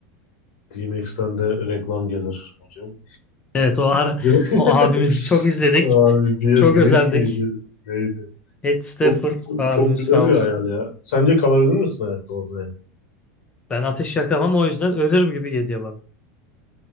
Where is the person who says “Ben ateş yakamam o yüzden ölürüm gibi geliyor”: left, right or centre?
Left